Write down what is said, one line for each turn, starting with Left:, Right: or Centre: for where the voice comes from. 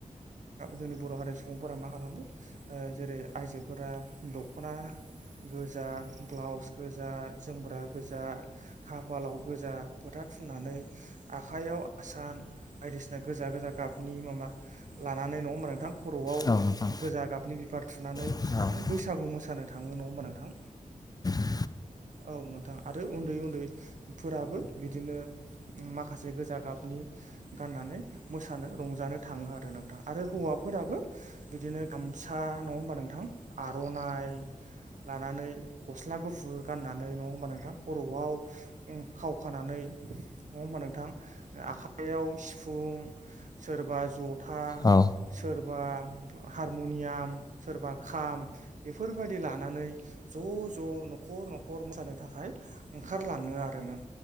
Right: जोंनि बर' हारिनि सुबुंफोरा मा खालामो ओ जेरै आइजोफोरा दख'ना गोजा ब्लाउस गोजा जोमग्रा गोजा खाफालाव गोजा फोथा फुननानै आखाइयाव आसान बायदिसिना गोजा गोजा गाबनि माबा लानानै नङा होमबा नोंथां खर'आव
Left: औ नोंथां औ नोंथां
Right: गोजा गाबनि बिबार थुनानै
Left: औ
Right: माने
Left: औ
Right: बैसागु मोसानो थाङो नङा होमबा नोंथां?
Left: औ
Right: औ नोंथां आरो उन्दै उन्दैफोराबो बिदिनो उम माखासे गोजा गाबनि गाननानै मोसानो रंजानो थाङो आरो नों थां आरो हौवाफोराबो बिदिनो गामसा नङा होमबा नों थां आर'नाइ लानानै गस्ला गुफुर गाननानै नङा होमबा नोंथां खर'आव उ खावखानानै नङा होमबा नोंथां? ओ आखाइयाव सिफुं सोरबा जथा
Left: औ
Right: सोरबा हारमुनियाम सोरबा खाम बेफोरबायदि लानानै ज' ज' न'खर न'खर मोसानो थाखाय ओंखारलाङो आरो नों